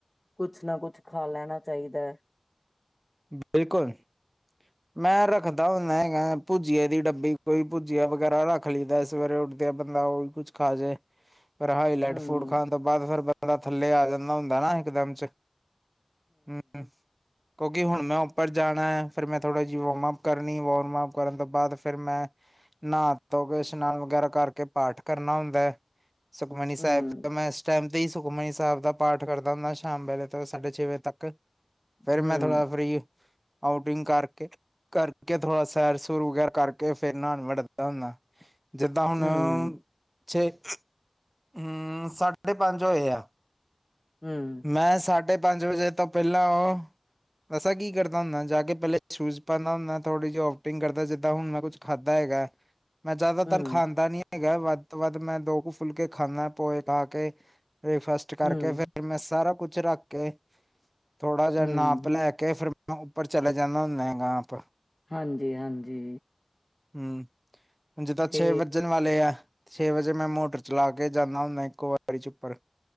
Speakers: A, on the left; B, on the right.
A: ਕੁਛ ਨਾ ਕੁਛ ਖਾ ਲੈਣਾ ਚਾਹੀਦਾ ਏ
B: ਬਿਲਕੁਲ ਮੈਂ ਰੱਖਦਾ ਹੁੰਦਾ ਜਾਂ ਭੁਜੀਏ ਦੀ ਡੱਬੀ ਕੋਈ ਭੁੱਜੀਆ ਵਗੈਰਾ ਰੱਖ ਲਈਦਾ ਸਵੇਰੇ ਉਠ ਤੇ ਬੰਦਾ ਉਹੀ ਕੁਛ ਖਾ ਜੇ, ਪਰ ਹਾਈ ਲਟ
A: ਹਮ
B: ਫੂਡ ਖਾਣ ਤੋਂ ਪੰਜ ਸੋ ਰੁਪਏ ਨਾਲ ਥੱਲੇ ਆ ਜਾਂਦਾ ਹੁੰਦਾ ਨਾ ਇਕਦਮ 'ਚ ਹਮ ਕਿਉਂਕਿ ਹੁਣ ਮੈਂ ਉੱਪਰ ਜਾਣਾ ਫਿਰ ਮੈਂ ਥੋੜ੍ਹਾ ਜਿਹੀ ਵਾਰਮਅੱਪ ਕਰਨੀ ਵਾਰਮਅੱਪ ਕਰਨ ਤੋਂ ਬਾਅਦ ਫਿਰ ਮੈਂ ਨਹਾ ਧੋ ਕੇ ਇਸ਼ਨਾਨ ਵਗੈਰਾ ਕਰਕੇ ਪਾਠ ਕਰਨਾ ਹੁਣ ਬੈ ਸੁਖਮਨੀ ਸਾਹਿਬ
A: ਹਮ
B: ਦਾ ਮੈਂ ਇਸ ਟਾਈਮ ਤੇਹੀ ਸੁਖਮਨੀ ਸਾਹਿਬ ਦਾ ਪਾਠ ਕਰਦਾ ਹੁੰਦਾ ਸ਼ਾਮ ਵੇਲੇ ਤੋਂ ਸਾਢੇ ਛੇ ਵਜੇ ਤੱਕ ਫੇਰ
A: ਹਮ
B: ਮੈਂ ਥੋੜ੍ਹਾ ਫਰੀ ਆਊਟਿੰਗ ਕਰਕੇ, ਕਰਕੇ ਥੋੜਾ ਸੈਰ ਸੁਰ ਵਗੈਰਾ ਕਰਕੇ ਫੇਰ ਨਾਨ ਵਰ ਵੜਦਾ ਹੁੰਦਾ ਜਿੱਦਾਂ ਹੁਣ
A: ਹਮ
B: ਛੇ, ਹਮ ਸਾਢੇ ਪੰਜ ਹੋਏ ਆ
A: ਹਮ
B: ਮੈਂ ਸਾਢੇ ਪੰਜ ਵਜੇ ਤੋਂ ਪਹਿਲੋਂ ਦਸਾ ਕੀ ਕਰਦਾ ਹੁੰਦਾ ਜਾ ਕੇ ਪਹਿਲੇ ਸ਼ੂਜ ਪਾਉਂਦਾ ਹੁੰਦਾ ਥੋੜੀ ਜਿਹੀ ਆਊਟਿੰਗ ਕਰਦਾ ਜਿੱਦਾਂ ਹੁਣ ਮੈਂ ਕੁਛ ਖਾਧਾ ਹੈਗਾ, ਮੈਂ ਜਿਆਦਾਤਰ
A: ਹਮ
B: ਖਾਂਦਾ ਨੀ ਹੈਗਾ ਵੱਧ ਉਸ ਤੋਂ ਬਾਅਦ ਮੈਂ ਦੋ ਕੁ ਫੁਲਕੇ ਖਾਂਦਾ ਪੋਏ ਖਾ ਕੇ ਬ੍ਰੇਕਫਾਸਟ ਕਰਕੇ
A: ਹਮ
B: ਫੇਰ ਫਿਰ ਮੈਂ ਸਾਰਾ ਕੁਛ ਰੱਖ ਕੇ ਥੋੜਾ ਜਿਹਾ
A: ਹਮ
B: ਨਾਪ ਲੈ ਕੇ ਫੇਰ ਮੈਂ ਉੱਪਰ ਚਲਾ ਜਾਨਾ ਹੁੰਦਾ ਹੈਗਾ ਅਗਾਂਹ ਪਰ
A: ਹਾਂਜੀ- ਹਾਂਜੀ
B: ਹਮ ਹੁਣ ਜਿੱਦਾਂ
A: ਤੇ
B: ਛੇ ਵਜਨ ਵਾਲੇ ਐ ਛੇ ਵਜੇ ਮੈਂ ਮੋਟਰ ਚਲਾ ਕੇ ਜਾਂਦਾ ਹੁੰਦਾ ਇੱਕੋ ਵਾਰੀ 'ਚ ਉੱਪਰ